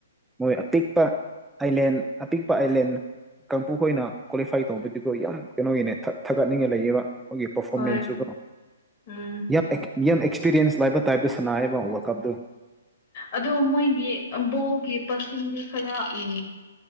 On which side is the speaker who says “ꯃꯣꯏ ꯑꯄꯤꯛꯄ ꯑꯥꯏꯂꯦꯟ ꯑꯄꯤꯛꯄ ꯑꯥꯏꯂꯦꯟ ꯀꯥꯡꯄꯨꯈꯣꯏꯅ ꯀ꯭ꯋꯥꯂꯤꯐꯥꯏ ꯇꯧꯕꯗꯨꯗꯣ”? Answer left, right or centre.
Centre